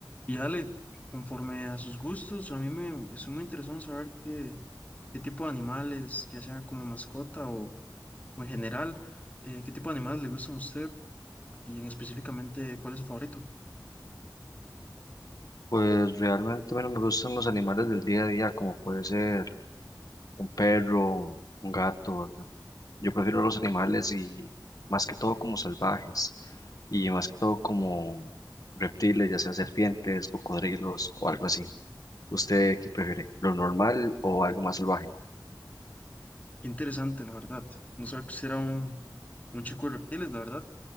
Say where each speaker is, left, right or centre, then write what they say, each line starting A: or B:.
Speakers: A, on the left (about 20°); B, on the left (about 50°).
A: Y dale, conforme a sus gustos, a mí me es muy interesante saber qué, qué tipo de animales, ya sea como mascota o, o en general, eh, qué tipo de animales le gustan a usted y en específicamente cuál es su favorito.
B: Pues realmente, bueno, me gustan los animales del día a día, como puede ser un perro, un gato, ¿verdad? Yo prefiero los animales y más que todo como salvajes y más que todo como reptiles, ya sea serpientes, cocodrilos o algo así. ¿Usted qué prefiere? ¿Lo normal o algo más salvaje?
A: Qué interesante, la verdad. No sabía que usted era un, un chico de reptiles, la verdad,